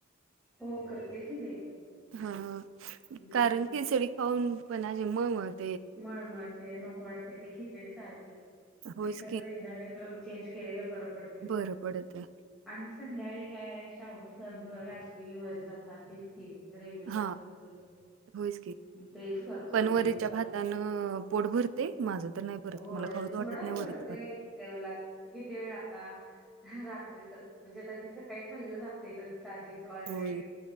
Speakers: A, in the centre; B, on the right.
A: हो करते कि ते.
B: हा
A: हम्म
B: कारण खिचडी खाऊन पुन्हा आणि मळमळत.
A: मळमळते नको वाटते ते खिचडी सारखे
B: होयच
A: हे कसं
B: की
A: एकदा काही तरं चेंज. केलेलं बरं पडत.
B: बरं पडते.
A: आणि संध्याकाळी काय शाबु संग रात्री वरीचा भाातच हेच की. रेग्युलर
B: हा
A: आपलं
B: होयच की
A: तेच करतो
B: पण
A: आम्ही
B: वरीच्या
A: म्हज
B: भातानं पोट भरते माझ तर नाही भरत
A: हो
B: मला खाऊच वाटत
A: थोडा
B: नाही
A: तर
B: वरीचा
A: भरते
B: भात
A: जेवलात किती वेळ आता रात्री तर म्हणजे आता ते सकाळी खाल्लं असते ग. साजीच ऑलरेडी
B: होय